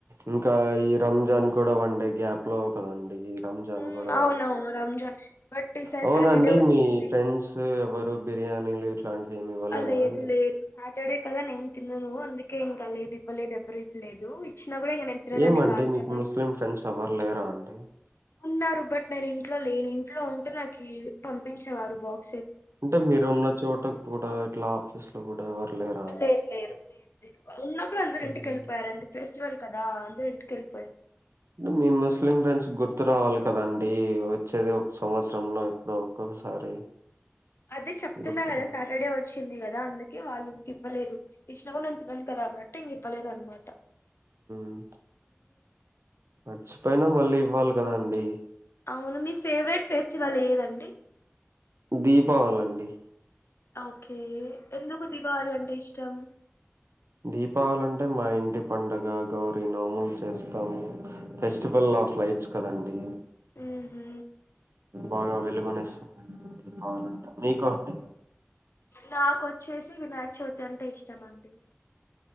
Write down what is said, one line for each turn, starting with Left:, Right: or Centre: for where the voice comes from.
Right: ఇంకా ఈ రంజాన్ కూడా వన్డే గ్యాప్ లో కదండీ రంజాన్
Left: ఉమ్,
Right: కూడా
Left: అవునవును రంజాన్ బట్ ఈసారి
Right: అవునండి
Left: సాటర్డే వచ్చింది
Right: మీ ఫ్రెండ్స్ ఎవరు బిర్యానీలు ఇట్లాంటివి ఏమి ఇవ్వలేదా
Left: అ లేదు
Right: అండి
Left: లేదు సాటర్డే కదా నేను తిన్నాను అందుకే ఇంక లేదు ఇవ్వలేదు ఎవరు ఇవ్వలేదు ఇచ్చినా కూడా ఇంక నేను తినేదాన్ని
Right: ఏమండి
Left: కాదు
Right: మీకు
Left: కదా
Right: ముస్లిం ఫ్రెండ్స్ ఎవరు లేరా అండి
Left: ఉన్నారు బట్ నేను ఇంట్లో లేను ఇంట్లో ఉంటే నాకు పంపించేవారు బాక్
Right: అంటే మీరున్న చోట కూడా అట్లా ఆఫీస్ లో కూడా ఎవరు లేరా
Left: లేరు లేరు ఉన్న కూడా అందరు
Right: అండి
Left: ఇంటికి వెళ్ళిపోయారండి ఫెస్టివల్ కదా అందరూ ఇంటికెళ్లి
Right: మీ ముస్లిం ఫ్రెండ్స్ గుర్తు రావాలి కదండి వచ్చేది ఒక సంవత్సర లో ఎప్పుడో ఒక్కొక్కసారి
Left: అదే చెప్తున్నా
Right: గుర్తురా
Left: కదా సాటర్డే వచ్చింది కదా అందుకే వాళ్ళు ఇవ్వలేదు ఇషినా కూడా నేను తినను కదా అన్నట్టు ఇవ్వలేదు అనమాట
Right: మ్ మర్చిపోయినా మళ్ళీ ఇవ్వాలి కదా అండి
Left: అవును మీ ఫేవరెట్ ఫెస్టివల్ ఏదండి
Right: దీపావళి అండి
Left: అ ఓకే ఎందుకు దీపావళి అంటే ఇష్టం
Right: దీపావళి అంటే మా ఇంటి పండగ గౌరీ నోములు చేస్తాము ఫెస్టివల్ ఆఫ్ లైట్స్ కదండి
Left: ఉహు
Right: బాగా వెలుగునిస్తాయి అవునంట మీకో అండి
Left: నాకు ఓచ్చెసి విరాట్ <unintelligible> అంటే ఇష్టమండి